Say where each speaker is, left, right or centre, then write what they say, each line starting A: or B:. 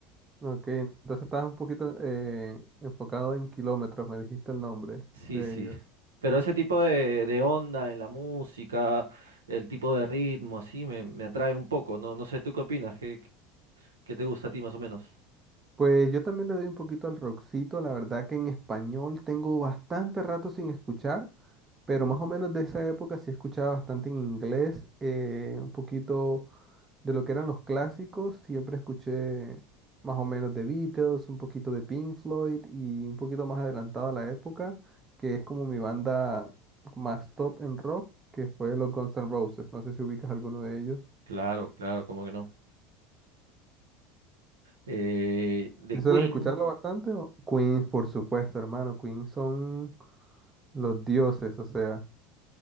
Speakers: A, on the right (about 25°); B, on the right (about 85°).
A: Ok, entonces estabas un poquito eh, enfocado en kilómetros, me dijiste el nombre
B: Sí,
A: de
B: sí.
A: ellos.
B: Pero ese tipo de, de onda en la música, el tipo de ritmo, así, me, me atrae un poco. No, no sé, ¿tú qué opinas? ¿Qué, qué te gusta a ti más o menos?
A: Pues yo también le doy un poquito al rockcito, la verdad que en español tengo bastante rato sin escuchar, pero más o menos de esa época sí escuchaba bastante en inglés, eh, un poquito de lo que eran los clásicos, siempre escuché más o menos de Beatles, un poquito de Pink Floyd y un poquito más adelantado a la época, que es como mi banda más top en rock, que fue los Guns N' Roses, no sé si ubicas alguno de ellos.
B: Claro, claro, como que no. Eh, de
A: Si
B: Queen,
A: sueles escucharlo bastante, o- Queens, por supuesto, hermano, Queens son... Los dioses, o sea,